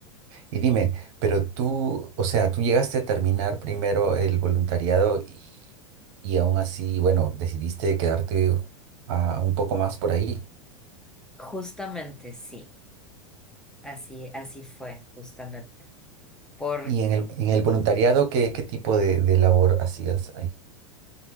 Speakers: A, on the right (about 55°); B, in the centre.
A: Y dime, pero tú, o sea, tú llegaste a terminar primero el voluntariado y, y aún así, bueno, decidiste quedarte ah, un poco más por ahí.
B: Justamente, sí. Así, así fue, justamente. Porque,
A: Y en el, en el voluntariado, ¿qué, qué tipo de, de labor hacías ahí?